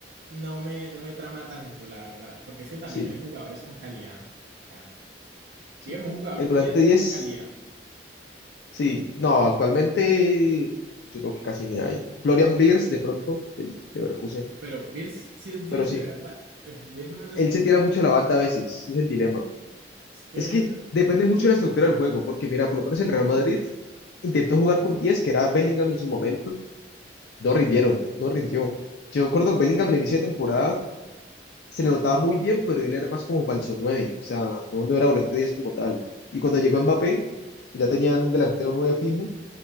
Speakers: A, on the right; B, on the left.
A: no me, no me trama tanto, la verdad, porque es que también
B: sí,
A: no hay jugadores con calidad. O sea,
B: sí.
A: dígame un jugador
B: El volante
A: 10
B: diez
A: de calidad,
B: sí. No, actualmente yo creo que casi ni hay. Florian Beers, de pronto, el Leverkusen.
A: pero ver si es 10
B: Pero sí,
A: de verdad, pues, ese man no es
B: él
A: punta.
B: se tira mucho a la banda a veces, es el dilema.
A: Es que
B: Es que depende mucho de la estructura del juego, porque mira, por lo menos el Real Madrid intentó jugar con diez que era Bellingham en su momento. No rindieron, no rindió. Yo recuerdo que Bellingham al inicio de temporada se le notaba muy bien, pero él era más como falso nueve o sea, no, no era volante 10 como tal. Y
A: esa-
B: cuando llegó Mbappé, que ya tenían un delantero 9 fijo,